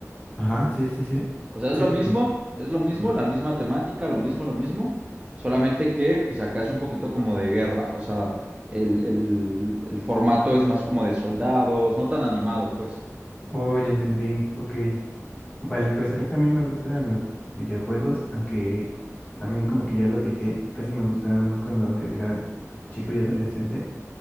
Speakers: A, on the left; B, on the right.
A: Ajá, sí, sí, sí.
B: o sea, es
A: Sí
B: lo
A: lo
B: mismo,
A: conozco.
B: es lo mismo,
A: Ajá.
B: la misma temática, lo mismo, lo mismo, solamente que pues acá es un poquito como de guerra, o sea, el el- el formato es más como de soldados, no tan animado pues.
A: Oh, ya entendí. Ok. Vale, pues a mí también me gustan los videojuegos, aunque también como que ya los dejé. Casi me gustaban más cuando era chico y adolescente.